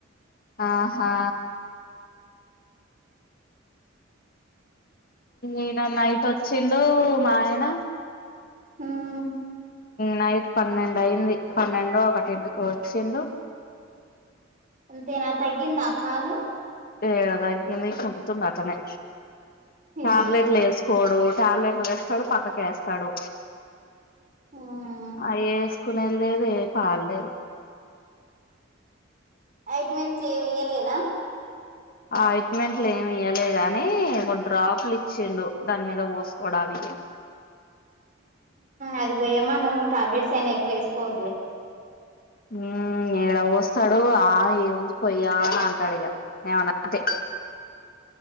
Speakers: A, on the left; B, on the right.
A: ఆహా ఈన నైట్ అచ్చిండు మా ఆయన
B: ఉమ్
A: నైట్ పన్నెండు అయింది పన్నెండో ఒకటింటికో వచ్చిండు
B: అంతే నా తగ్గింది నా కాలు
A: ఏడ తగ్గింది ఇంక్కుబ్బుతుంది అట్లేనే
B: అయ్యో
A: టాబ్లెట్లు ఎసుకోడు టాబ్లెట్లు తెస్తడు పక్కకు ఎస్తాడు
B: ఉమ్
A: అయ్యేస్ కునేద్ లేదు ఏ పాడ్లేదు
B: ఐట్మెన్స్ ఏం ఇయ్యలేదా
A: ఆ అట్మెంట్లు ఏమి ఇయ్యలే గాని ఒగ డ్రాప్లు ఇచ్చిండు దాని మీద పోసుకోడానికి
B: అది పోయమాను టాబ్లెట్స్ అయినా ఎక్కువ వేసుకోవద్లే
A: ఉమ్ ఏడ పోస్తాడు ఆ ఏముంది పోయ్యా అని అంటాడు ఇగ నేమన్నంటే